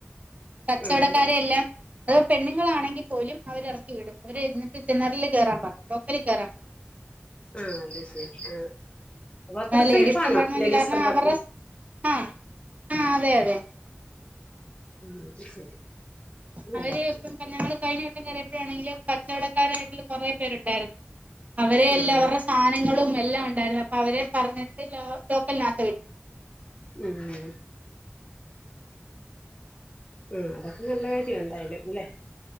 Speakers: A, on the right (about 35°); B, on the left (about 25°).
A: കച്ചവടക്കാരെ
B: ആഹ്
A: എല്ലാം അത് പെണ്ണുങ്ങളാണെങ്കിൽ പോലും അവര് ഇറക്കി വിടും അവര് ഇങ്ങനത്തെ ജനറലിൽ കേറാൻ പറയും ലോക്കലിൽ കേറാൻ പറ
B: ആഹ് അത് ശരി ആ അപ്പൊ അത്ര
A: ആ ലേഡീസ്
B: സേഫാണ്
A: കമ്പാർട്ട്മെന്റ്
B: ലേഡീസ്
A: കാരണം
B: കമ്പാർട്ട്മെന്റ്
A: അവരുടെ ആഹ് ആഹ് അതെ അതെ
B: ആ അത് ശരി. നല്ല
A: അവര്
B: കാര്യം
A: ഇപ്പം ഞങ്ങള് കഴിഞ്ഞട്ടം കറിയപ്പോഴാണെങ്കിലും, കച്ചവടക്കാരായിട്ടുള്ള കൊറേ പേര് ഉണ്ടായിരുന്നു. അവര്
B: ആഹ്
A: എല്ലാ അവര്ടെ സാധനങ്ങളും എല്ലാം ഉണ്ടായിരുന്നു. അപ്പൊ അവര് പറഞ്ഞിട്ട് ലോ ലോക്കറിനകത്ത് വെച്.
B: ഉം. ഉം അതൊക്കെ നല്ല കാര്യ എന്തായാലും ല്ലെ.